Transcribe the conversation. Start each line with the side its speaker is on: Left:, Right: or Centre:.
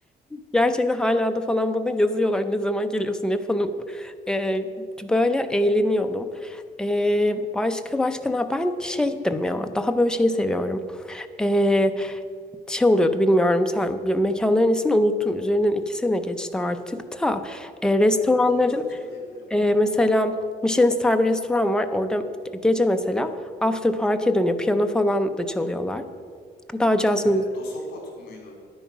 Centre: Gerçekten hala da falan bana yazıyorlar ne zaman geliyorsun diye falan. Ee, böyle eğleniyordum. Ee, başka başka ne? Ben şeydim ya daha böyle şey seviyorum. Ee, şey oluyordu bilmiyorum sen mekanların ismini unuttum. Üzerinden iki sene geçti artık da. Ee, restoranların
Left: Eğer hatırlarsam söyleyebilirim.
Centre: ee, mesela Michelin Star bir restoran var. Orada gece mesela after party'ye dönüyor. Piyano falan da çalıyorlar. Daha caz
Left: Ee,
Centre: müzik.
Left: Dosopot muydu?